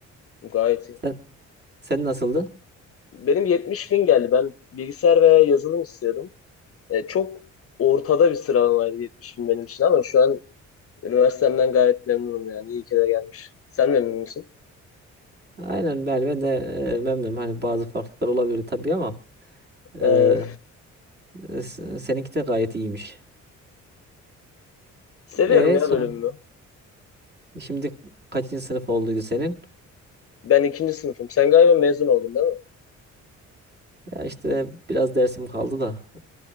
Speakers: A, on the left; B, on the right.
A: Gayet iyi.
B: Sen, sen nasıldı?
A: Benim 70 bin geldi. Ben bilgisayar veya yazılım istiyordum. E, çok ortada bir sıralamaydı 70 bin benim için ama şu an üniversitemden gayet memnunum yani. İyi ki de gelmiş. Sen memnun musun?
B: Aynen ben, ben de e, memnunum. Hani bazı farklılıklar olabilir tabii ama
A: E,
B: e, e, s- seninki de gayet iyiymiş.
A: seviyorum
B: E
A: ya
B: son
A: bölümümü.
B: şimdi kaçıncı sınıf olduydu senin?
A: Ben ikinci sınıfım. Sen galiba mezun oldun değil
B: Ya işte biraz dersim kaldı da